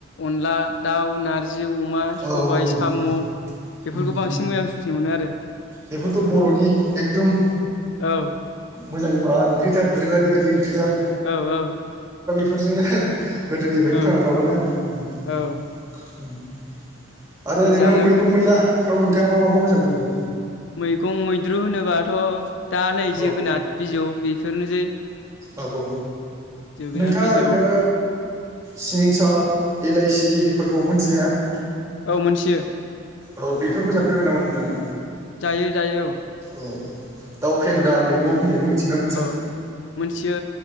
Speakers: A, on the left; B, on the right.
A: अनला दाउ नारजि अमा
B: औ
A: सबाय
B: औ
A: साम' बेफोरखौ
B: उम
A: बांसिन मोजांं सुजिनो मोनो आरो
B: बेफोरथ' बर'नि एकदम
A: औ
B: मोजां माबा दोरों आरि बायदि ओंख्रि थार
A: औ औ।
B: बेफोरजोंनो गोदोनिफ्रायनो
A: औ
B: थांना थाबोनोनाय ।
A: औ
B: आरो
A: बे
B: ओरैनो
A: जानो
B: मैगं मैलाफ्राव नोंथांङा मा माखौ मोजां मोनो
A: मैगं मैद्रु होनोबाथ' दा नै
B: औ
A: जोगोनार बिजौ बेफोरनोसै
B: औ।
A: जोगोनार
B: नोंथांङा
A: बिजौ
B: ओरैनो सिंसाब इलाइसि फोरखौ मोनथि या ।
A: औ मोनथियो
B: औ बेफोरखौ जाफेरबाय नामा नोंथांङा
A: जायो जायो
B: औ दाउ फेन्दा
A: औ
B: मैगं होननायखौ मिथियोना मिथिया
A: औ मोनथियो